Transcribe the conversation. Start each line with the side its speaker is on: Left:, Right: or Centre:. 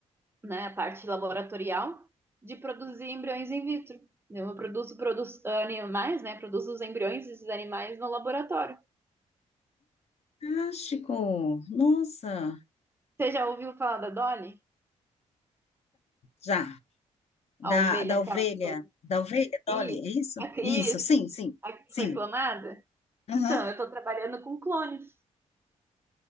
Right: né, a parte laboratorial, de produzir embriões in vitro. Eu produzo, produzo animais, né? Produzo os embriões desses animais no laboratório.
Left: Fantástico. Nossa.
Right: Você já ouviu falar da Dolly?
Left: Já, da,
Right: A ovelha,
Left: da
Right: aquela
Left: ovelha,
Right: que foi...
Left: da ovelha, Dolly,
Right: Isso,
Left: é isso?
Right: <laughs> a,
Left: Isso,
Right: isso,
Left: sim, sim,
Right: a que
Left: sim.
Right: foi clonada?
Left: Aham.
Right: Então, eu estou trabalhando com clones.